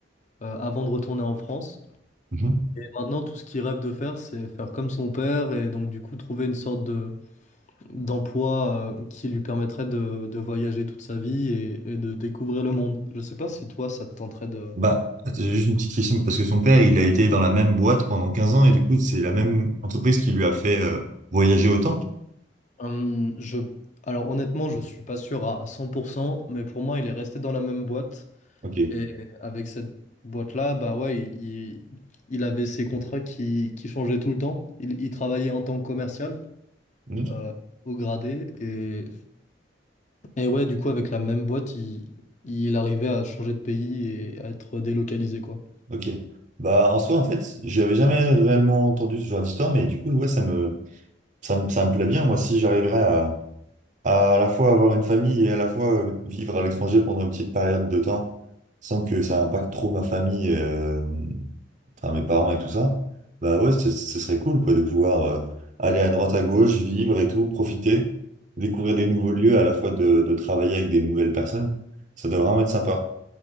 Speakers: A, on the left; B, on the right.
A: euh, avant de retourner en France.
B: Mhm.
A: Maintenant, tout ce qu'il rêve de faire, c'est faire comme son père et donc du coup trouver une sorte de d'emploi euh, qui lui permettrait de, de voyager toute sa vie et, et de découvrir le monde. Je sais pas si toi, ça te tenterait de...
B: Bah, attends, j'ai juste une petite question, parce que son père, il a été dans la même boîte pendant 15 ans, et du coup, c'est la même entreprise qui lui a fait euh, voyager autant?
A: Hum, je... Alors honnêtement, je suis pas sûr à 100%, mais pour moi, il est resté dans la même boîte
B: Ok.
A: et avec cette boîte-là, bah ouais, il, il- il avait ses contrats qui, qui changeaient tout le temps. Il, il travaillait en tant que commercial.
B: Mhm.
A: euh, au gradé et. Et ouais, du coup, avec la même boîte, il, il arrivait à changer de pays et à être délocalisé, quoi.
B: Ok. Bah, en soi, en fait, j'avais jamais réellement entendu ce genre d'histoire, mais du coup, ouais, ça me, ça me, ça me plaît bien. Moi, si j'arriverais à, à à la fois avoir une famille et à la fois euh, vivre à l'étranger pendant une petite période de temps, sans que ça impacte trop ma famille, euh, enfin mes parents et tout ça, bah ouais, ce ce serait cool quoi de pouvoir euh, aller à droite à gauche, vivre et tout, profiter, découvrir des nouveaux lieux, à la fois de, de travailler avec des nouvelles personnes. Ça doit vraiment être sympa.